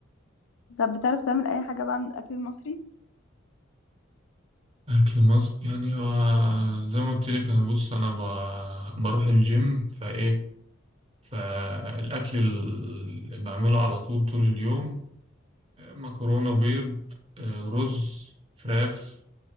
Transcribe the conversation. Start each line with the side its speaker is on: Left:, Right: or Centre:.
Left: طب بتعرف تعمل اي حاجه بقى من الاكل المصري
Right: أكل مصر يعني هو زي ما قلت لك أنا بص أنا ب- بروح الجيم فإيه فالأكل اللي بعمله على طول طول اليوم آه، مكرونة بيض آه، رز فراخ